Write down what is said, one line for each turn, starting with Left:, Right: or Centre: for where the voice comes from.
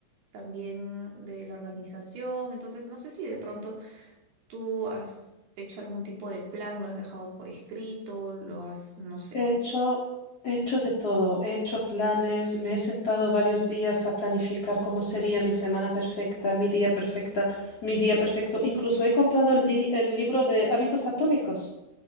Right: también de la organización, entonces no sé si de pronto tú has hecho algún tipo de plan, lo has dejado por escrito, lo has, no sé,
Left: He hecho, he hecho de todo. He hecho planes, me he sentado varios días a planificar cómo sería mi semana perfecta, mi día perfecta, mi día perfecto. Incluso he comprado el, di- el libro de hábitos atómicos.